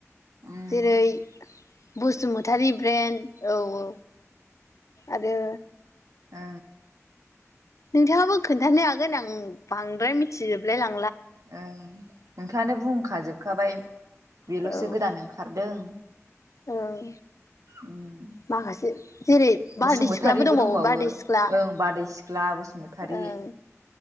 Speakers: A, on the right; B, on the left.
A: ओं
B: जेरै बसुमतारी ब्रेन्ड औ औ। आरो
A: ओ
B: नोंथाङाबो खोनन्थानो हागोन आं बांद्राय मिथिजोबलाय लां
A: ओह नोंथाङानो बुंखाजोबखाबाय बेल'सो
B: औ
A: गोदान ओंखारदों।
B: ओं
A: उम
B: माखासे जेरै बारदै
A: बसुमतारिबो
B: सिख्लाबो
A: दंबावो
B: बारदै सिख्ला
A: ओं बारै सिख्ला बसुमतारि
B: ओं